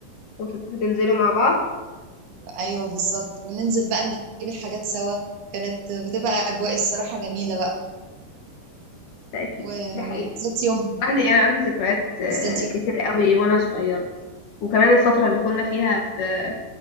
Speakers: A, on the left (about 55°); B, on the right (about 65°).
A: وت- وتنزلوا مع بعض
B: ايوه بالظبط وننزل بقى نجيب الحاجات سوا كانت بتبقى اجواء الصراحه جميله بقى
A: ده أكيد
B: و-
A: ده حقيقي
B: وبالذات يوم
A: عندي أنا عندي ذكريات آه،
B: بالذات يوم
A: كتير قوي وأنا صغيرة وكمان الفترة اللي كنا فيها في